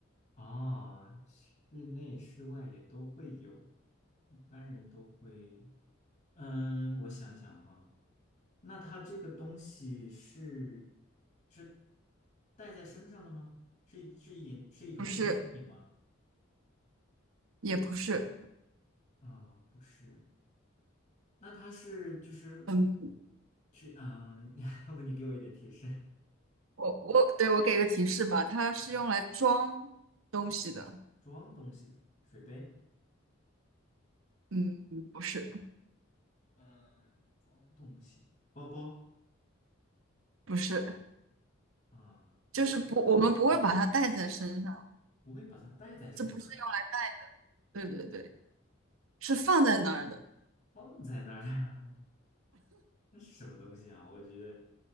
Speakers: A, on the left (about 40°); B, on the right (about 80°).
A: 哦，室内室外也都会有，一般人都会。嗯，我想想哈，那它这个东西是是带在身上的吗？是一是一点是一种装饰品吗？
B: 不是也不是。
A: 啊，不是。那他是就是
B: 嗯，
A: 去啊？<laughs> 要不你给我一点提示？
B: 我我对我给个提示吧，它是用来装
A: 嗯嗯
B: 东西的。
A: 装东西的水杯，
B: 嗯，不是
A: 嗯，装东西，包包
B: 不是，
A: 啊，也不会，
B: 就是不，我们不会把它带在身上，
A: 嗯，不会把它带在身上，
B: 这不是用来带。对对对，是放在那儿的。
A: 放在那儿的，<laughs> 那是什么东西啊？我觉得，